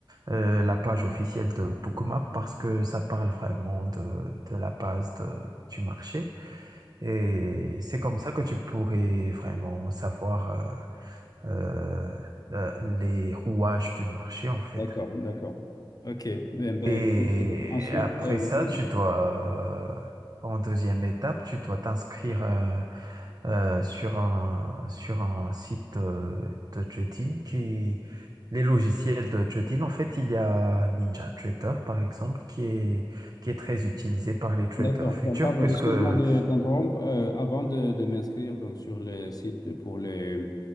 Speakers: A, on the right; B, on the left.
A: euh, la page officielle de Bookmap parce que ça parle vraiment de, de la base de- du marché. Et c'est comme ça que tu pourrais vraiment savoir euh, euh, euh, les rouages du marché en fait.
B: D'accord, d'accord. Ok. Ben, ben,
A: Et
B: écoute, euh, ensuite,
A: après
B: euh,
A: ça,
B: hein,
A: tu dois, euh, en deuxième étape, tu dois t'inscrire euh, euh, sur un, sur un site euh, de trading qui, les logiciels de trading, en fait, il y a Ninja Trader, par exemple, qui est, qui est très utilisé par les traders
B: d'accord.
A: futurs,
B: Ben, Pardon,
A: plus
B: excuse-moi
A: que
B: de t'interrompre. Euh, avant de, de m'inscrire donc sur les sites pour les